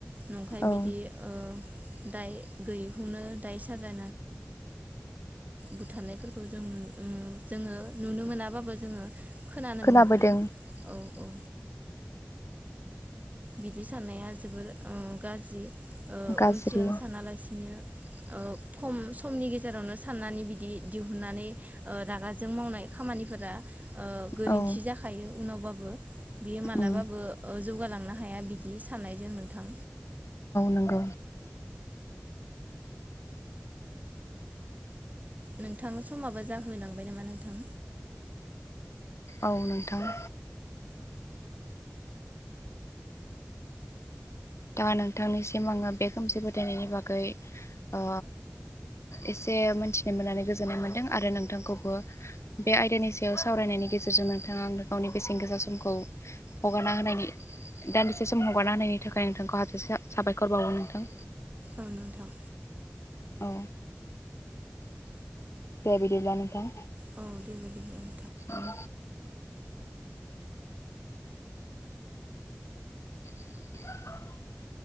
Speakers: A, on the right; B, on the left.
A: नंखाय
B: औ
A: बिदि ओ दाय गैयिखौनो दायसाजायना बुथारनायफोरखौ जो नु-नु जोङो नुनो मोनाबाबो जोङो खोनानो
B: खोनाबोदों
A: मोनबोदों औ औ बिदि साननाया जोबोर ओ गाज्रि ओ
B: गाज्रि
A: उन सिगां सानालासिनो औ खम समनि गेजेरावनो साननानै बिदि दिहुननानै ओ रागाजों मावनाय खामानि फोरा ओ गोरोन्थि
B: औ
A: जाखायो उनावबाबो बियो मालाबाबो
B: उम
A: ओ जौगालांनो हा हाया बिदि साननायजों नोंथां
B: नंगौ औ
A: नोंथां समाबो जाहोलांबाय नामा नोंथां
B: औ नोंथां। दा नोंथांनिसिम आङो बे खोमसि फोथायनायनि बागै ओ एसे मोनथिनो मोननानै गोजोननाय मोनदों आरो नोंथांखौबो बे आयदानि सायाव सावरायनायनि गेजेरजों नोंथाङा आंनो गावनि बेसेन गोसा समखौ हगारना होनायनि दान्दि से सम हगारना होनायनि थाखाय आं नोंथांखौ हाजासे साबायखर बावो नोंथां।
A: औ नोंथां।
B: औ दे बिदिब्ला नोंथां।
A: औ दे दे दे दे।
B: औ <inaudible>